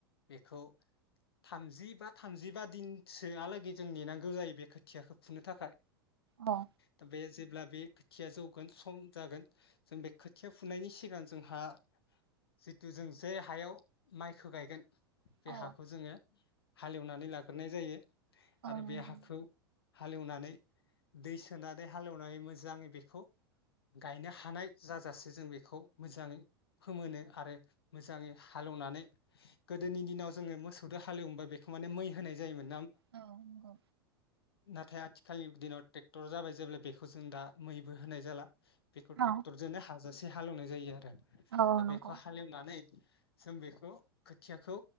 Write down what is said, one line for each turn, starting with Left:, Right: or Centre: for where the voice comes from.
Left: बेखौ थामजि बा थामजिबा दिनसोआलागै जों नेनांगौ जायो बे खोथियाखौ फुनो थाखाय।
Right: औ
Left: दा बे जेब्ला बे खोथिया जौगोन सम जागोन जों बे खोथिया फुनायनि सिगां जोंहा जितु जों जे हायाव माइखौ गायगोन बे
Right: औ
Left: हाखौ जोङो हालेवनानै लाग्रोनाय जायो। आरो
Right: औ नंगौ
Left: बे हाखौ हालेवनानै दै सोनानै हालेवनानै मो जाङै बेखौ गायनो हानाय जाजासे जों बेखौ मोजाङै फोमोनो आरो मोजाङै हालेवनानै गोदोनि दिनाव जोङो मोसौदो हालेवोमोवबा बेखौ माने मै होनाय जायोमोन। <unintelligible>
Right: औ नंगौ।
Left: नाथाय आथिखालनि दिनाव ट्रेक्टर जाबाय जेब्ला बेखौ जों दा मैबो होनाय जाला बेखौ
Right: औ
Left: टेक्टर जोनो हाज जासे हालेवनाय जायो आरो।
Right: औ औ
Left: दा
Right: नंगौ
Left: बेखौ हालेवनानै जों बेखौ खोथियाखौ